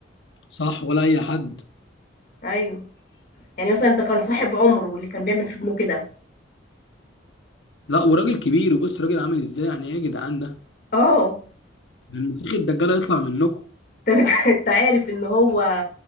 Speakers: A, on the left; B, on the left.
A: صح ولا اي حد
B: ايوه يعني مثلا ده كان صاحب عمره اللي كان بيعمل في ابنه كده
A: لا وراجل كبير وبص راجل عامل ازاي يعني ايه يا جدعان ده
B: اه
A: ده المسيح الدجال هيطلع منكم
B: طب انت <laughs> انت عارف ان هو